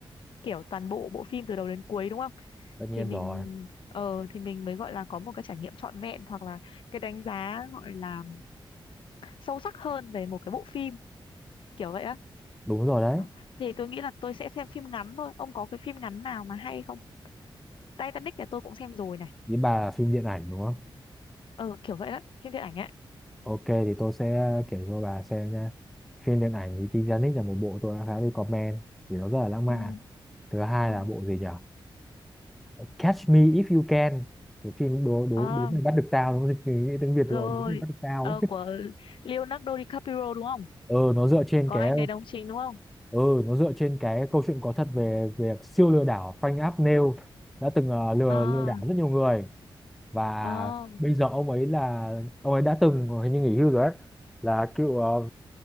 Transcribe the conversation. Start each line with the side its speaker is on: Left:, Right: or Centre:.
Left: kiểu toàn bộ bộ phim từ đầu đến cuối đúng không
Centre: tất nhiên
Left: thì mình
Centre: rồi
Left: ờ thì mình mới gọi là có một cái trải nghiệm trọn vẹn hoặc là cái đánh giá gọi là sâu sắc hơn về một cái bộ phim kiểu vậy á
Centre: đúng rồi đấy
Left: Đó. thì tôi nghĩ là tôi sẽ xem phim ngắn thôi ông có cái phim ngắn nào mà hay không Titanic thì tôi cũng xem rồi này
Centre: Ý bà là phim điện ảnh đúng không?
Left: ờ kiểu vậy đấy phim điện ảnh ấy
Centre: Ok thì tôi sẽ kể cho bà xem nha. Phim điện ảnh thì Titanic là một bộ tôi đã khá recommend vì nó rất là lãng
Left: ừ
Centre: mạn. Thứ hai
Left: ừ
Centre: là bộ gì nhỉ? Catch Me If You Can. Cái phim đố đố
Left: ờ
Centre: đố mày bắt được tao nó dịch từ tiếng Việt
Left: rồi
Centre: rồi đố mày bắt được tao
Left: ờ
Centre: ấy.
Left: của
Centre: <laughs>
Left: Leonardo DiCaprio đúng không
Centre: Ừ nó dựa trên
Left: có
Centre: cái
Left: anh đấy đóng chính đúng không
Centre: ừ nó dựa trên cái câu chuyện có thật về việc siêu lừa đảo Frank Abagnale đã từng ờ, lừa
Left: ờ
Centre: lừa đảo rất nhiều người và
Left: ờ
Centre: bây giờ ông ấy là ông ấy đã từng hình như nghỉ hưu rồi đấy là cựu ờ,